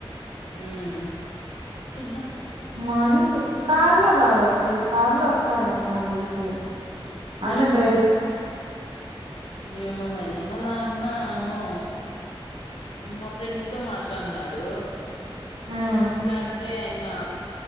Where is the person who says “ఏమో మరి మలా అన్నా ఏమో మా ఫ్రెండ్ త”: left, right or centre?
Left